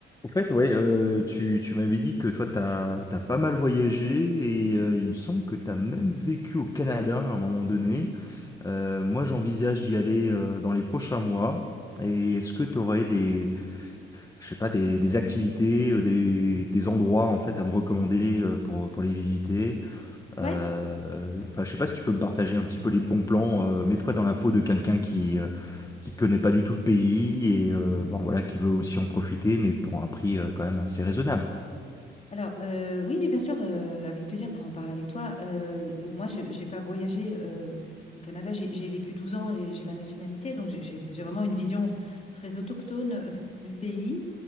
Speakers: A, on the left; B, on the left.
A: En fait, ouais, euh, tu, tu m'avais dit que toi, t'as, t'as pas mal voyagé et euh, il me semble que t'as même vécu au Canada à un moment donné. Euh, moi, j'envisage d'y aller euh, dans les prochains mois. Et est-ce que tu aurais des, je sais pas, des, des activités, euh, des, des endroits en fait à me recommander euh, pour, pour les visiter? Euh,
B: Ouais,
A: Enfin, je sais pas si tu peux me partager un petit peu les bons plans. euh, mets-toi dans la peau de quelqu'un qui, euh, qui connaît pas du tout le pays et euh, bon, voilà, qui veut aussi en profiter, mais pour un prix euh, quand même assez raisonnable.
B: alors euh, oui, mais bien sûr, euh, avec plaisir pour en parler avec toi. Euh, euh, moi, je n'ai pas voyagé euh, au Canada, j'ai j'ai vécu 12 ans et j'ai la nationalité, donc j'ai j'ai- j'ai vraiment une vision très autochtone <laughs> euh, du pays,